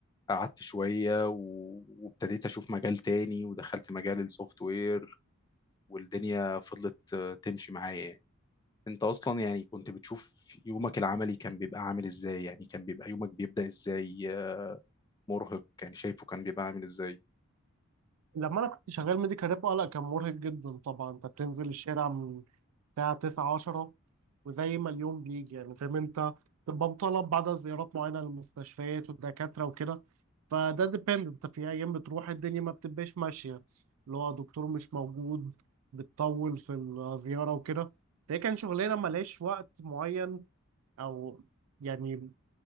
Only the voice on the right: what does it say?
لما انا كنت شغال ميديكال ريب اه لا كان مرهق جدا طبعا انت بتنزل الشارع من الساعه 9 10 وزي ما اليوم بيجي يعني فاهم انت تبقى مطالب بعد زيارات معينه للمستشفيات والدكاتره وكده فده ديبند انت في ايام بتروح الدنيا ما بتبقاش ماشيه اللي هو دكتور مش موجود بتطول في الزياره وكده فهي كان شغلانه ملهاش وقت معين او يعني